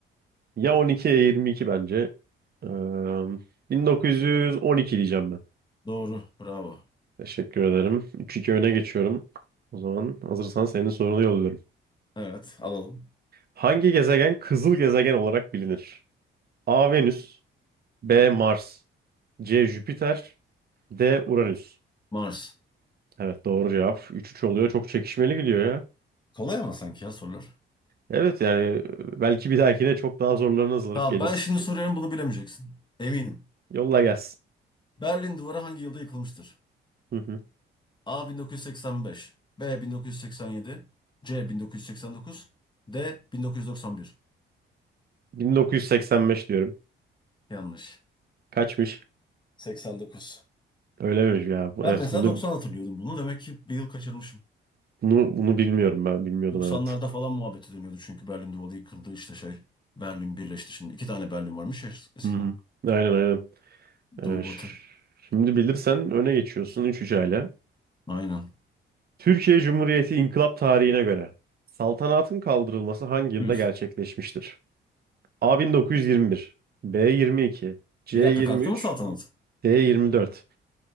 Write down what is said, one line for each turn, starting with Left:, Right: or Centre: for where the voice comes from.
Right: Ya 12 ya 22 bence. Ee, 1912 diyeceğim ben.
Left: Doğru. Bravo.
Right: Teşekkür ederim. üç iki öne geçiyorum. O zaman hazırsan senin sorunu yolluyorum.
Left: Evet. Alalım.
Right: Hangi gezegen kızıl gezegen olarak bilinir? A. Venüs B. Mars C. Jüpiter D. Uranüs
Left: Mars.
Right: Evet doğru cevap. üç üç oluyor. Çok çekişmeli gidiyor ya.
Left: Kolay ama sanki ya sorular.
Right: Evet yani e, belki bir dahakine çok daha zorlarına hazırlanıp
Left: Tamam
Right: geliriz.
Left: ben şimdi soruyorum bunu bilemeyeceksin. Eminim.
Right: Yolla gelsin.
Left: Berlin Duvarı hangi yılda yıkılmıştır?
Right: Hı hı.
Left: A 1985, B 1987, C 1989, D 1991.
Right: 1985 diyorum.
Left: Yanlış.
Right: Kaçmış?
Left: 89.
Right: Öyle miymiş ya? Bu-
Left: Ben
Right: Evet
Left: mesela
Right: bunu
Left: 90 hatırlıyordum bunu. Demek ki bir yıl kaçırmışım.
Right: bunu, bunu bilmiyorum ben. Bilmiyordum
Left: 90'larda
Right: evet.
Left: falan muhabbeti dönüyordu çünkü Berlin Duvarı yıkıldı işte şey. Berlin birleşti şimdi. İki tane Berlin varmış ya eskiden.
Right: Hı hı. Aynen aynen.
Left: Doğu
Right: Ee,
Left: batı.
Right: ş- şimdi bilirsen öne geçiyorsun üç üç hala.
Left: Aynen.
Right: Türkiye Cumhuriyeti inkılap tarihine göre saltanatın kaldırılması hangi yılda
Left: Üf.
Right: gerçekleşmiştir? A 1921, B 22, C
Left: Bir
Right: 23,
Left: dakika kalktı mı saltanat?
Right: D 24.